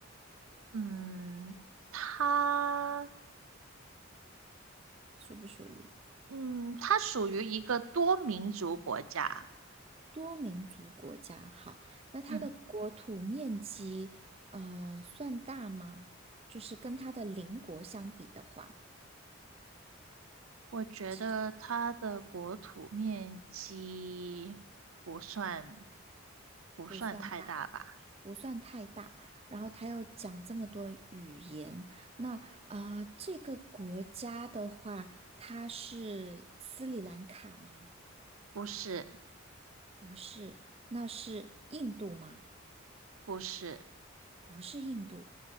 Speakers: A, on the right (about 80°); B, on the right (about 30°).
A: 嗯，它
B: 属不属于？
A: 嗯它属于一个多民族国家，
B: 多民族国家，好，那它的国土面积，
A: 嗯。
B: 呃，算大吗？就是跟它的邻国相比的话，
A: 我觉得它的国土面积不算
B: 我其实
A: 不算太大吧？
B: 不算大，不算太大。然后它又讲这么多语言，那啊，这个国家的话，它是斯里兰卡吗？
A: 不是，
B: 不是，那是印度吗？
A: 不是，
B: 不是印度，